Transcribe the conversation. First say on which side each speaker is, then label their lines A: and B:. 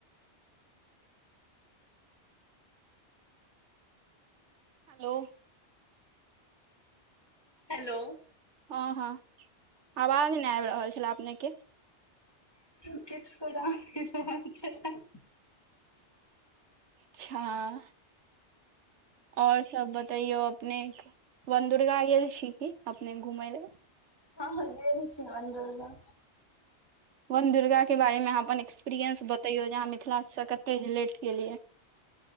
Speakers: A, on the right; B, on the left.
A: हेलो
B: हेलो
A: हँ हँ आवाज नहि आबि रहल छलए अपनेके
B: कोई किछ <unintelligible>
A: अचछा और सब बतैयौ अपने वनदुर्गा गेल छी की अपने घुमय लए
B: हँ गेल छी बन दुर्गा
A: वन दुर्गा के बारेमे आहाँ अपन एक्सपीरियन्स बतैयौ जे आहाँ मिथिला सँ कते रिलेट किलीयै